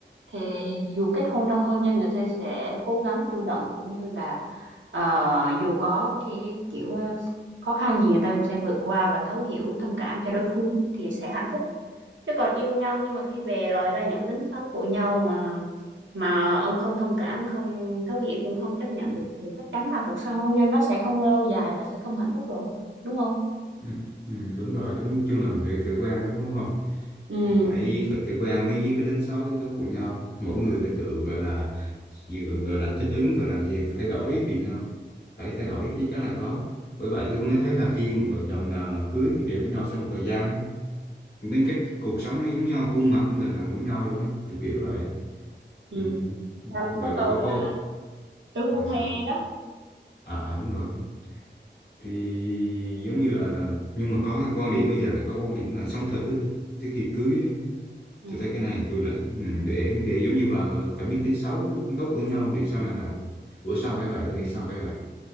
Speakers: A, on the right; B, on the left.
A: thì dù kết hôn trong hôn nhân người ta sẽ cố gắng chủ động cũng như là ờ, dù có cái kiểu ờ, khó khăn gì người ta cũng sẽ vượt qua và thấu hiểu thông cảm cho đối phương thì sẽ hạnh phúc chứ còn yêu nhau nhưng mà khi về lòi ra những cái tính xấu của nhau mà mà ông không thông cảm không thấu hiểu cũng không chấp nhận được thì chắc chắn là cuộc sống hôn nhân nó sẽ không lâu dài và sẽ không hạnh phúc rồi đúng không
B: ừ. Ừ, đúng rồi đúng chung là mình phải phải quen đúng đúng không
A: ừ
B: phải phải phải quen với cái tính xấu tính tốt của nhau mỗi người phải tự gọi là gì gọi gọi là thích ứng gọi là gì thay đổi vì nhau phải thay đổi chắc chắn là có bởi vậy tôi mới thấy là khi mà vợ chồng nào mà cưới thì về với nhau sau một thời gian á, đến cái cuộc sống nó giống nhau khuôn mặt cũng gần gần giống nhau luôn ấy kiểu kiểu vậy
A: ừ
B: ừ.
A: Ta mới
B: vậy
A: có
B: bà
A: câu
B: có
A: là
B: cô
A: tướng
B: là
A: phu thê
B: sao
A: đó
B: à à, đúng rồi thì giống như là, là là- nhưng mà có quan điểm bây giờ là có quan điểm là sống thử thôi trước khi cưới đó
A: ừ
B: tôi thấy cái này tôi là ừ, để để giống như bà gọi là phải biết tính xấu tính tốt của nhau để sau này hợp bữa sau phải vậy tôi nghĩ sao phải vậy